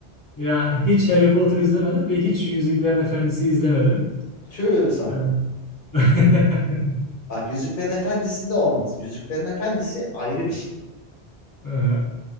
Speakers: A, on the left; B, on the left.
A: Yani hiç Harry Potter izlemedim ve hiç Yüzüklerin Efendisi izlemedim.
B: Tüh sana.
A: E, <laughs>
B: Bak Yüzüklerin Efendisi'nde olmaz. Yüzüklerin Efendisi ayrı bir şey.
A: Hı hı.